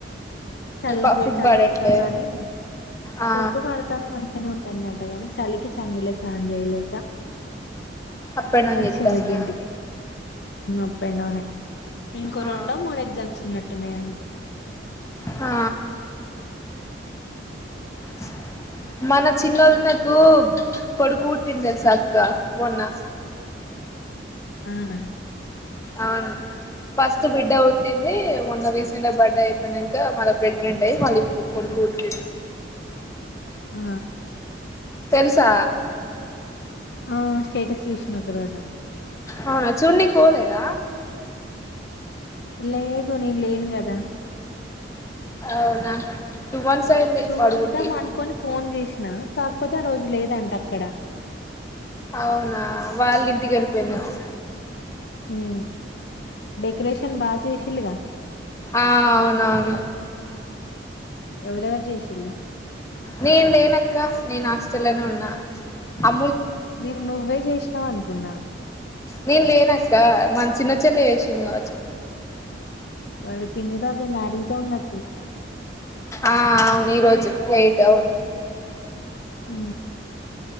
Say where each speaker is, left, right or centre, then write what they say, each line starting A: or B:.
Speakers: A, on the left; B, on the left.
A: చలి
B: ప
A: వ
B: ఫుడ్
A: చలి
B: పడట్లే
A: పెడుతుందాని
B: ఆ
A: ఫొడ్టు పడుతాంది మంచిగానే ఉంటుంది టగా చలికి చన్నలే సాాంజేవిలేకా
B: అప్ అండ్ డౌన్
A: వచ్చిందగ్గ
B: చేత్తాందా
A: ఇంటికి అప్ అండ్ డౌన్ ఇంకో
B: ఆ
A: రెండో మూడు ఎగ్జామ్స్ ఉన్నట్టున్నాయి అంతే
B: ఆ ఉస్ మన చిన్నోదినకు కొడుకు పుట్టింది సక్క మొన్న ఆ
A: అనాల
B: అవును ఫస్ట్ బిడ్డ వుట్టిందీ, మొన్న రీసెంట బడ్డే అయిపోయినంక, మళ ప్రెగ్నంటై మళ్ళిప్పుడు కొడుక్. ఓకే
A: ఆ
B: తెలుసా
A: ఆ! స్టేటస్ చూసినా ఒకరోజు.
B: అవునా చూడ్నికోలేదా
A: లేదు నేన్ లేన్ గదా
B: అవునా టూ మంత్స్ అయింది
A: చూద్దాం
B: వాడు పుట్టి
A: అనుకొని ఫోన్ చేసినా, కాకపోతే ఆ రోజు లేదంట అక్కడ.
B: అవునా వాళ్ళింటిక్ ఎళ్ళిపోయినారు
A: ఊ డెకరేషన్ బాచేశిల్లుగ
B: ఆ అవునవును
A: ఎవరెవరు చేశిళ్ల
B: నేన్ లేనక్క నేను హాస్టల్లోనే ఉన్నా అ
A: నేన్ నువ్వే చేసినవ్ అనుకున్నా
B: నేన్ లేనక్కా మాన్ చిన్న చెల్లె చేసింది కావచ్చు
A: వాళ్ళ పిన్ని బాబయ్ మ్యరజ్ డే ఉన్న
B: ఆ అవును ఈరోజు వెయిట్ అవును
A: ఊ